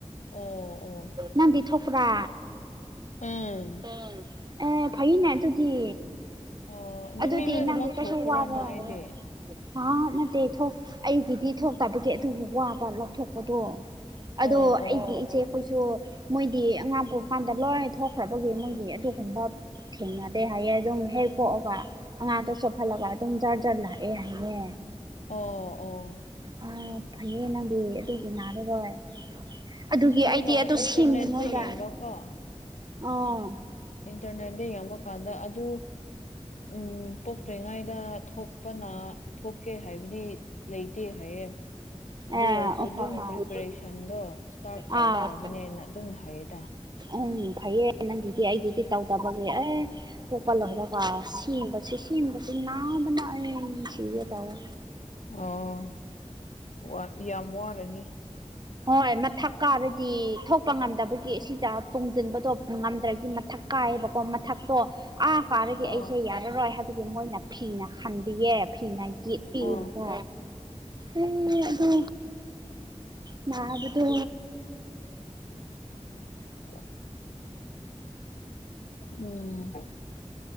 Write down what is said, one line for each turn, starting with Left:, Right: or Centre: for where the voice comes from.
Left: ꯑꯣ ꯑꯣ
Right: ꯅꯪꯗꯤ ꯊꯣꯛꯄ꯭ꯔꯥ
Left: ꯎꯝ
Right: ꯑꯣ ꯐꯩꯅꯦ ꯑꯗꯨꯗꯤ
Left: ꯑꯣ ꯑꯗꯨ
Right: ꯑꯗꯨꯗꯤ
Left: ꯃꯤ ꯂꯣꯏꯅꯃꯛ
Right: ꯅꯪꯗꯤ ꯀꯩꯁꯨ
Left: ꯊꯣꯛꯄ꯭ꯔꯥꯅ
Right: ꯋꯥꯔꯣꯏ
Left: ꯑꯩꯗꯤ
Right: ꯑꯥ ꯅꯠꯇꯦ ꯊꯣꯛ ꯑꯩꯒꯤꯗꯤ ꯊꯣꯛꯇꯕꯒꯤ ꯑꯗꯨꯒꯤ ꯋꯥꯕ ꯂꯧꯊꯣꯛꯄꯗꯣ ꯑꯗꯣ
Left: ꯑꯣ ꯑꯣ
Right: ꯑꯩꯒꯤ ꯏꯆꯦ ꯈꯣꯏꯁꯨ ꯃꯣꯏꯗꯤ ꯑꯉꯥꯡ ꯄꯥꯛꯄ ꯀꯥꯟꯗ ꯂꯣꯏ ꯊꯣꯛꯈ꯭ꯔꯕꯒꯤ ꯃꯣꯏꯗꯤ ꯑꯗꯨꯒꯨꯝꯕ ꯊꯦꯡꯅꯗꯦ ꯍꯥꯏꯌꯦ ꯑꯗꯨꯝ ꯍꯦꯛ ꯄꯣꯛꯑꯣ ꯑꯉꯥꯡꯗꯣ ꯆꯣꯞꯍꯜꯂꯒ ꯑꯗꯨꯝ ꯖꯥꯔ ꯖꯥꯔ ꯂꯥꯛꯑꯦ ꯍꯥꯏꯌꯦ
Left: ꯑꯣ ꯑꯣ
Right: ꯑꯥ ꯐꯩꯌꯦ ꯅꯪꯗꯤ ꯑꯗꯨꯗꯤ ꯅꯥꯔꯔꯣꯏ ꯑꯗꯨꯒꯤ
Left: ꯑꯁ ꯑꯩꯅ
Right: ꯑꯩꯗꯤ ꯑꯗꯨ
Left: ꯏꯟꯇꯔꯅꯦꯠꯇ
Right: ꯁꯤꯃꯤꯉꯩꯗ
Left: ꯌꯦꯡꯕꯀꯣ
Right: ꯑꯣ
Left: ꯏꯟꯇꯔꯅꯦꯠꯗ ꯌꯦꯡꯕꯀꯥꯟꯗ ꯑꯗꯨ ꯎꯝ ꯄꯣꯛꯇ꯭ꯔꯤꯉꯥꯏꯗ ꯊꯣꯛꯄꯅ ꯊꯣꯛꯀꯦ ꯍꯥꯏꯕꯗꯤ ꯂꯩꯇꯦ ꯍꯥꯏꯌꯦ ꯑꯗꯨ
Right: ꯑꯦ
Left: ꯑꯣꯏꯔꯁꯨ
Right: ꯑꯣ
Left: ꯑꯗꯨꯝ
Right: ꯍꯣ ꯍꯣꯏ
Left: ꯄ꯭ꯔꯤꯄꯦꯔꯦꯁꯟꯗꯣ ꯏꯁꯇꯥꯔꯠ ꯇꯧꯈ꯭ꯔꯕꯅꯦꯅ
Right: ꯑꯥ
Left: ꯑꯗꯨꯝ ꯍꯥꯏꯌꯦꯗ
Right: ꯎꯝ ꯐꯩꯌꯦ ꯅꯪꯒꯤꯗꯤ ꯑꯩꯒꯤꯗꯤ ꯇꯧꯗꯕꯒꯤ ꯑꯦ ꯄꯣꯛꯄ ꯂꯣꯏꯔꯒ ꯁꯤꯝꯕꯁꯤ ꯁꯤꯝꯕꯁꯤ ꯅꯥꯕꯅ ꯑꯩ ꯁꯤꯒꯦ ꯇꯧꯋꯦ
Left: ꯑꯣ ꯋꯥ ꯌꯥꯝ ꯋꯥꯔꯅꯤ
Right: ꯍꯣꯏ ꯃꯊꯛ ꯀꯥꯔꯗꯤ ꯊꯣꯛꯄ ꯉꯝꯗꯕꯒꯤ ꯑꯁꯤꯗ ꯇꯨꯡꯖꯤꯟꯕꯗꯣ ꯉꯝꯗ꯭ꯔꯗꯤ ꯃꯊꯛ ꯀꯥꯏꯌꯦꯕꯀꯣ ꯃꯊꯛꯇꯣ ꯑꯥ ꯀꯥꯔꯗꯤ ꯑꯩꯁꯦ
Left: ꯑ
Right: ꯌꯥ ꯌꯥꯔꯣꯏ ꯍꯥꯏꯕꯒꯤ ꯃꯣꯏꯅ ꯐꯤꯅ ꯈꯟꯕꯤꯌꯦ ꯐꯤꯅ ꯌꯦꯠꯄꯤꯑꯦꯕꯀꯣ
Left: ꯑ
Right: ꯎꯝ ꯑꯗꯨ ꯅꯥꯕꯗꯨ
Left: <inaudible> ꯎꯝ